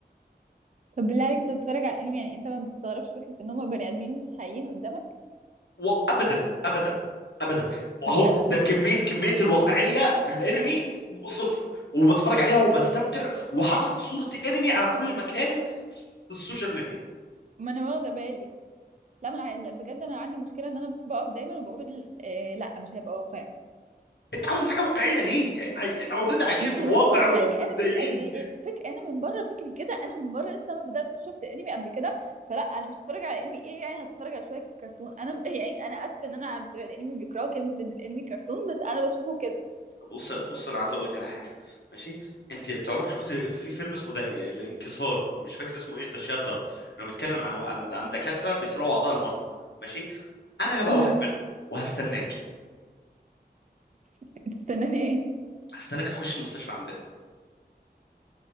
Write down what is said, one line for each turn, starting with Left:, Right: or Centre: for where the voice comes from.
Right: طب بالله عليك انت بتتفرج على الانمي يعني انت ما بتستغربش فكره ان هم بني ادمين مش حقيقيين قدامك
Left: وابدا ابدا ابدا واهو
Right: بجد
Left: ده كميه كميه الواقعيه في الانمي م- صفر وبتفرج عليها وبستمتع وحاطط صوره انمي على كل مكان في السوشيال ميديا
Right: ما انا واخده بالي لا ما انا عايز... لا، بجد انا عندي مشكله ان انا بقف دايما وبقول إيه لا مش هيبقى واقعي
Left: انت عاوز حاجه واقعيه ليه احنا عايش... احنا اوريدي عايشين
Right: مش
Left: في
Right: مش
Left: الواقع
Right: واقعي
Left: ومتضايقين
Right: انا بيبقى ال- الفك انا من بره فكري كده انا من بره لسه ما بداتش شفت انمي قبل كده فلا انا مش هتفرج على انمي ايه يعني هتفرج على شويه كرتون انا ب- <laughs> يعني انا اسفه ان انا بتوع الانمي بيكرهوا كلمه ان الانمي كرتون بس انا بشوفه كده
Left: بص بص انا عايز اقول لك على حاجه ماشي انت انت عمرك شفت في فيلم اسمه ده الانكسار مش فاكر اسمه ايه ذا شاتر انه بيتكلم عن عن, عن دكاتره بيسرقوا اعضاء المرضى ماشي انا هبقى
Right: امم
Left: واحد منهم وهستناكي
Right: <laughs> تستناني ايه
Left: هستناك تخش المستشفى عندنا